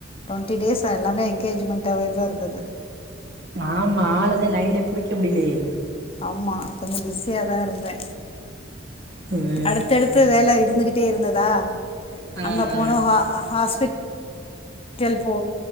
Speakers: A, on the left (about 30°); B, on the right (about 60°).
A: டுவண்ட்டி டேஸ் எல்லாமே என்கேஜ்மெண்டாவே தா இருந்தது
B: ஆமா ஆளதா லைன்லயே புடிக்க முடியலையே
A: ஆம்மா கொஞ்சோ பிஸியா தா இருந் தே
B: ம்
A: அடுத்தடுத்து வேல இருந்து கிட்டே இருந்த தா
B: ஆ
A: அங்க
B: ஆ
A: போனோ ஹா அ ஹாஸ்பிட் டல் போ